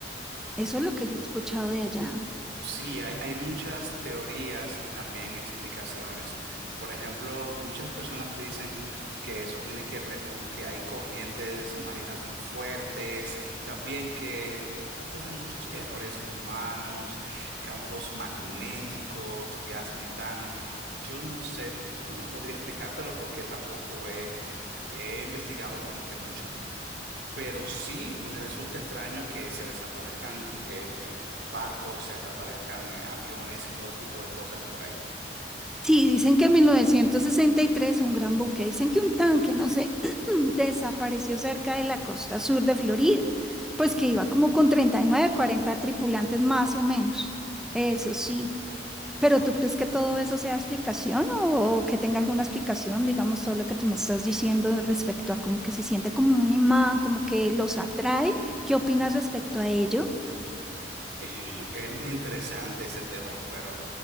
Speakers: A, in the centre; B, on the right (about 65°).
A: Eso es lo que yo he escuchado de allá.
B: Sí, hay, hay muchas teorías y también explicaciones. Por ejemplo, muchas personas dicen que eso tiene que ver con que hay corrientes marinas muy fuertes, también que ocurren muchos errores humanos, campos magnéticos, gas metano. Yo no sé, no podría explicártelo porque tampoco he, he investigado como que mucho. Pero sí me resulta extraño que se desaparezcan eh, eh, barcos, se desaparezcan eh, aviones y todo tipo de cosas por ahí. <laughs>
A: Sí, dicen que en 1963 un gran buque, dicen que un tanque, no sé, <clears throat> desapareció cerca de la costa sur de Florida, pues que iba como con 39, 40 tripulantes más o menos, eso sí. Pero ¿tú crees que todo eso sea explicación o, o que tenga alguna explicación, digamos, todo lo que tú me estás diciendo respecto a como que se siente como un imán, como que los atrae? ¿Qué opinas respecto a ello?
B: Eh, es muy interesante ese tema, pero